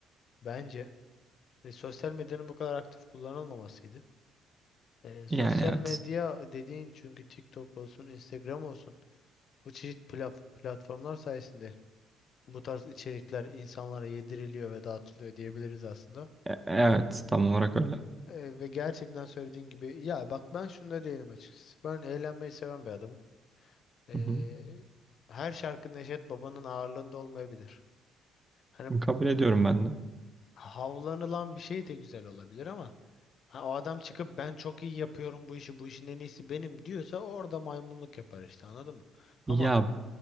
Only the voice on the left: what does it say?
bence e, sosyal medyanın bu kadar aktif kullanılmamasıydı. Ee, sosyal
medya dediğin çünkü TikTok olsun, Instagram olsun bu çeşit plaf- platformlar sayesinde bu tarz içerikler insanlara yediriliyor ve dağıtılıyor diyebiliriz aslında.
Ee, ve gerçekten söylediğin gibi ya bak ben şunda değilim açıkçası. Ben eğlenmeyi seven bir adamım. Ee,
her şarkı Neşet Baba'nın ağırlığında olmayabilir. Hani
havlanılan bir şey de güzel olabilir ama ha, o adam çıkıp ben çok iyi yapıyorum bu işi, bu işin en iyisi benim diyorsa orada maymunluk yapar işte anladın mı? Ama